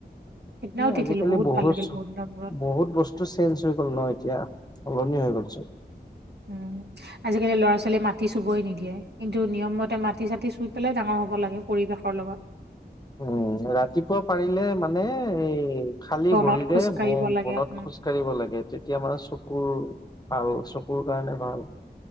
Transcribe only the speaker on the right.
সেইদিনাও তিতিলো
ভাল লাগিল দিনৰ মূৰত
উম। আজি-কালি ল'ৰা- ছোৱালীয়ে মাটি চুবই নিদিয়ে, কিন্তু নিয়মতে মাটি- চাটি চুই পেলাই ডাঙৰ হ'ব লাগে পৰিৱেশৰ লগত।
বনত
খোজ কাঢ়িব
লাগে উম,